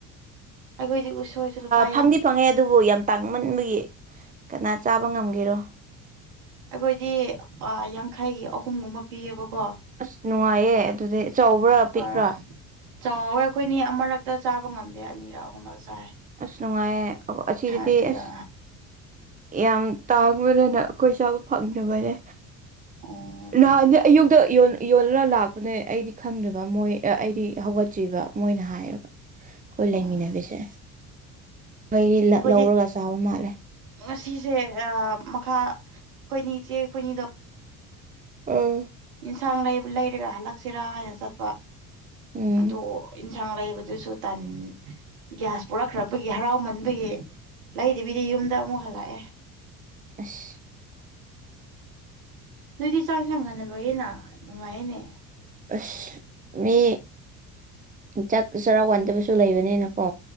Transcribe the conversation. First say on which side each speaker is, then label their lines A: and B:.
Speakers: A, on the right; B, on the right.
A: ꯑꯩꯈꯣꯏꯗꯤ ꯎꯁꯣꯏꯁꯨ ꯂꯨꯄꯥ
B: ꯐꯪꯗꯤ
A: ꯌꯥꯡ
B: ꯐꯪꯉꯦ ꯑꯗꯨꯕꯨ ꯌꯥꯝ ꯇꯥꯡꯃꯟꯕꯒꯤ ꯀꯅꯥ ꯆꯥꯕ ꯉꯝꯒꯦꯔꯣ
A: ꯑꯩꯈꯣꯏꯗꯤ ꯑꯥ ꯌꯥꯡꯈꯩꯒꯤ ꯑꯍꯨꯝꯒꯨꯝꯕ ꯄꯤꯌꯦꯕꯀꯣ
B: ꯑꯁ ꯅꯨꯡꯉꯥꯏꯌꯦ ꯑꯗꯨꯗꯤ ꯆꯥꯎꯕ꯭ꯔꯥ ꯄꯤꯛꯄ꯭ꯔꯥ
A: ꯍꯣꯏ ꯆꯥꯎꯋꯦ ꯑꯩꯈꯣꯏꯅꯤ ꯑꯃꯔꯛꯇ ꯆꯥꯕ ꯉꯝꯗꯦ ꯑꯅꯤꯔꯛ ꯑꯍꯨꯝꯂꯛ ꯆꯥꯏ
B: ꯑꯁ ꯅꯨꯡꯉꯥꯏꯌꯦ ꯑꯁꯤꯗꯗꯤ
A: ꯑꯗꯨ
B: ꯑꯁ
A: ꯌꯥ
B: ꯌꯥꯝ ꯇꯥꯡꯕꯅꯅ ꯑꯈꯣꯏ ꯆꯥꯕ ꯐꯪꯗꯕꯅꯦ
A: ꯎꯝ
B: ꯅꯍꯥꯟꯗꯤ ꯑꯌꯨꯛꯇ ꯌꯣꯜ ꯌꯣꯜꯂꯒ ꯂꯥꯛꯄꯅꯦ ꯑꯩꯗꯤ ꯈꯪꯗꯕ ꯃꯣꯏ ꯑꯩꯗꯤ ꯍꯧꯒꯠꯇ꯭ꯔꯤꯕ ꯃꯣꯏꯅ ꯍꯥꯏꯌꯦꯕ ꯈꯣꯏ ꯂꯩꯃꯤꯟꯅꯕꯤꯁꯦ
A: ꯎꯝ
B: ꯃꯩꯔꯤ ꯂꯛ
A: ꯑꯩꯈꯣꯏꯗꯤ
B: ꯂꯧꯔꯒ ꯆꯥꯕ ꯃꯥꯜꯂꯦ
A: ꯉꯁꯤꯁꯦ ꯑ ꯃꯈꯥ ꯈꯣꯏꯅꯤ ꯆꯦ ꯈꯣꯏꯅꯤꯗꯣ
B: ꯎꯝ
A: ꯢꯟꯁꯥꯡ ꯂꯩꯕ ꯂꯩꯔꯒ ꯍꯜꯂꯛꯁꯤꯔꯥ ꯍꯥꯏꯅ ꯆꯠꯄ
B: ꯎꯝ
A: ꯑꯗꯣ ꯏꯟꯁꯥꯡ ꯂꯩꯕꯗꯨꯁꯨ ꯇꯟ ꯒ꯭ꯌꯥꯁ ꯄꯨꯔꯛꯈ꯭ꯔꯛꯄꯒꯤ ꯍꯔꯥꯎꯃꯟꯕꯒꯤ ꯂꯩꯗꯕꯤꯗ ꯌꯨꯝꯗ ꯑꯃꯨꯛ ꯍꯜꯂꯛꯑꯦ
B: ꯑꯁ
A: ꯅꯣꯏꯗꯤ ꯆꯥꯛ ꯍꯦꯟꯖꯥꯡ ꯉꯟꯅ ꯂꯣꯏꯌꯦꯅ ꯅꯨꯡꯉꯥꯏꯌꯦꯅꯦ
B: ꯑꯁ ꯃꯤ ꯆꯛ ꯆꯔꯥ ꯋꯥꯟꯗꯕꯁꯨ ꯂꯩꯕꯅꯤꯅ ꯀꯣ